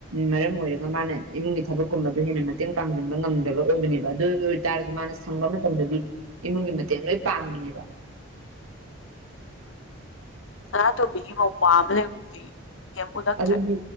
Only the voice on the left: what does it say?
ꯁꯅꯥꯇꯣꯝꯕꯤꯒꯤ ꯃꯧꯄ꯭ꯋꯥ ꯑꯃ ꯂꯩꯕꯗꯨꯗꯤ ꯀꯩꯝ ꯎꯠꯂꯛꯇ꯭ꯔꯦ